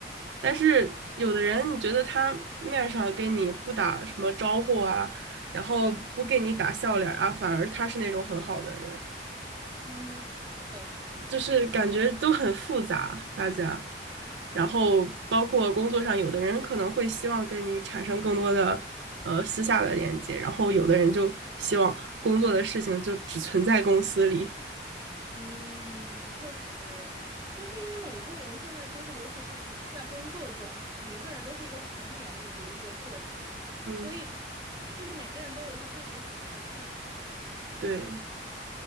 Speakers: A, on the right (about 80°); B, on the right (about 20°).
A: 但是有的人，你觉得他面上跟你不打什么招呼啊，然后不给你打笑脸啊，反而他是那种很好的人。
B: 嗯，是的，
A: 就是感觉都很复杂，大家。然后包括工作上，有的人可能会希望跟你产生更多的呃私下的连接，然后有的人就希望工作的事情就只存在公司里。
B: 嗯，确实，就是因为每一个人现在就是，尤其是你在工作中，每一个人都是一个成年的独立的个体，
A: 嗯，
B: 所以就是每个人都有他自己的复杂性。
A: 对